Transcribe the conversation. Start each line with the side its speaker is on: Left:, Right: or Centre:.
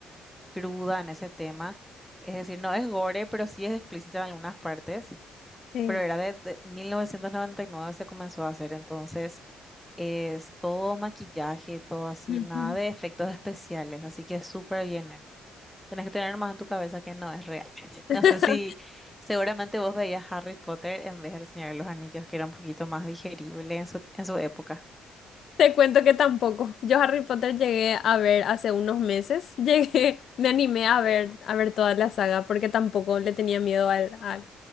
Centre: cruda en ese tema, es decir, no es gore, pero sí es explícita en algunas partes.
Left: Sí.
Centre: Pero era de, de 1999 se comenzó a hacer, entonces es todo maquillaje, todo así,
Left: ujú.
Centre: nada de efectos especiales, así que es súper bien hecho. Tienes que tener más en tu cabeza que no es real. <laughs> No
Left: <laughs>
Centre: sé si seguramente vos veías Harry Potter en vez del Señor de los Anillos, que era un poquito más digerible en su, en su época.
Left: Te cuento que tampoco. Yo Harry Potter llegué a ver hace unos meses. <laughs> Llegué, me animé a ver, a ver toda la saga porque tampoco le tenía miedo al, al,